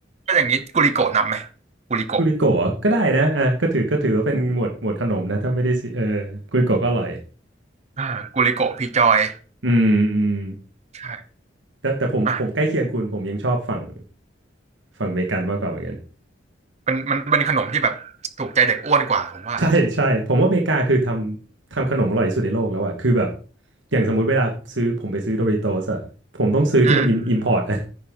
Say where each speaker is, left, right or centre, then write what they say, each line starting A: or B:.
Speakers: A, on the right (about 35°); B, on the right (about 85°).
A: ก็อย่างนี้กุลิโกะนับไหมกุลิโกะ
B: กุลิโกะก็ได้นะอ่ะก็ถือก็ถือว่าเป็นหมวดหมวดขนมนะถ้าไม่ได้ซืเออกุลิโกะก็อร่อย
A: อ่ากุลิโกะพีจอย
B: อืมอืม
A: ใช่
B: แต่แต่ผมผมใกล้เคียงคุณผมยังชอบฝั่ง
A: อ่ะ
B: ฝั่งอเมริกันมากกว่าเหมือนกัน
A: เป็นมันเป็นขนมที่แบบถูกใจเด็กอ้วนกว่าผมว่า
B: ใช่ใช่ผมว่าอเมริกาคือทำทำขนมอร่อยที่สุดในโลกแล้วอะคือแบบอย่างสมมุติเวลาซื้อผมไปซื้อโดริโตสอะผมต้องซื้อที่มันอิมพอร์ตนะ
A: อืม